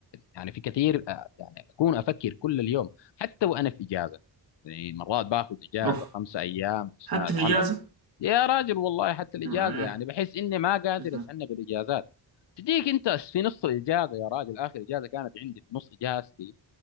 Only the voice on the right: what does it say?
أوف
حتى
في الإجازة
أه،
أه،